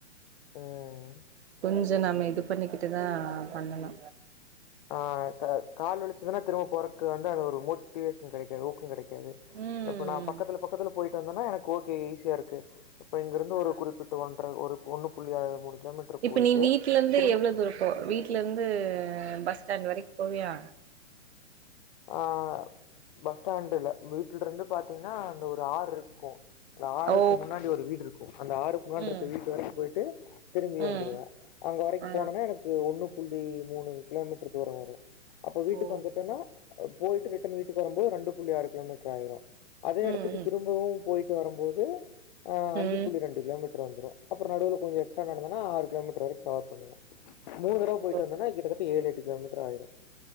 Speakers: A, on the left (about 35°); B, on the right (about 60°).
A: ம்
B: கொஞ்ச நம்ம இது பண்ணிக்கிட்டுதா பண்ணணு
A: ஆ, ச கால் வலிச்சதுனா திரும்ப போறக்கு வந்து அது ஒரு மோட்டிவேஷன் கெடைக்காது ஊக்க கெடை க்காது
B: ம்
A: இப்ப நா பக்கத்துல பக்கத்துல போயிட்டு வந்தனா எனக்கு ஓகே ஈசியா இருக்கு இப்ப இங்கிருந்து ஒரு
B: ஆ
A: குறிப்பிட்டு ஒன்ட்ற ஒரு ஒண்ணு புள்ளி அ மூணு கிலோமீட்டர்
B: இப்ப
A: போயிட்டு
B: நீ வீட்ல இருந்து
A: திரும்ப
B: எவ்ளோ தூர போவா, வீட்ல இருந்து பஸ் ஸ்டாண்ட் வரைக்கு போவியா
A: அ, பஸ் ஸ்டாண்ட் இல்ல வீட்ல இருந்து பாத்தீங்னா அந்த ஒரு ஆறு இருக்கு அந்த ஆறுக்கு
B: ஓ
A: முன்னாடி ஒரு வீடு இருக்கு அந்த ஆறுக்கு முன்னாடி
B: ம்
A: இருக்க வீட்டு வரைக்கு போயிட்டு திரும்பி
B: ம்
A: வந்துருவே அங்க வரைக்கு
B: ஆ
A: போனனா எனக்கு ஒண்ணு புள்ளி மூணு கிலோமீட்டர் தூர வரு அப்ப வீட்டுக்கு
B: ஓ
A: வந்துட்டோனா அ போயிட்டு ரிட்டன் வீட்டு வரும்போது ரெண்டு புள்ளி ஆறு கிலோமீட்டர் ஆயிரு அதே எடத்துக்கு
B: ம் ம்
A: திரும்பவு போயிட்டு வரும்போது ஆ அஞ்சு
B: ம்
A: புள்ளி ரெண்டு கிலோமீட்டர் வந்துரு அப்பறோ நடுவுல கொஞ்சோ எக்ஸ்ட்ரா நடந்தனா ஆறு கிலோமீட்டர் வரைக்கு கவர் பண்ணுவ மூணு தடவ
B: ஓ
A: போயிட்டு வந்தனா கிட்டத்தட்ட ஏழு எட்டு கிலோமீட்டர் ஆயிரு